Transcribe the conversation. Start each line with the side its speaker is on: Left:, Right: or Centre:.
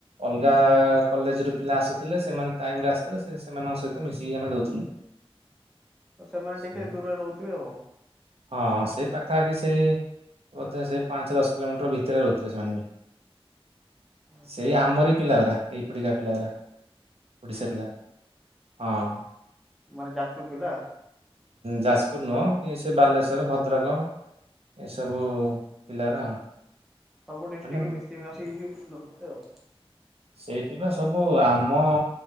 Right: ଅଲଗା କଲେଜ ରୁ ପିଲା ଆସୁଥିଲେ ସେମାନେ ଟାଇମରେ ଆସିଥିଲେ ସେ ସେମାନଙ୍କ ସହିତ ମିଶିକି ଆମେ ଦଉଥିଲୁ।
Centre: ତ ସେମାନେ
Right: ସେ
Centre: ଟିକେ ଦୂରରେ ରହୁଥିବେ ଆଉ
Right: ହଁ ସେଇ ପାଖାଖି ସେ ସେ ବଧେ ସେ ପାଞ୍ଚ ଦଶ କିଲୋମିଟର ଭିତରେ ରହୁଥିବ ସେମାନେ ବି
Centre: ଓହୋ।
Right: ସେଇ ଆମରି ପିଲା ଗୁରା ଏଇ ପଡିକା ପିଲାଗୁରା। ଓଡିଶା ପିଲା ହଁ
Centre: ମାନେ ଯାଜପୁର ପିଲା
Right: ଯାଜପୁର ନୁହଁ ଏ ସେ ବାଲେଶ୍ୱର ଭଦ୍ରକ ଏସବୁ ପିଲାରା ଆଉ।
Centre: ସପୁ ଡିଷ୍ଟିକ
Right: ମାନେ
Centre: ମିସେଇ ମାସିକି ନୋଉଥିବେ ଆଉ।
Right: ସେଇଥିପାଇ ସବୁ ଆମ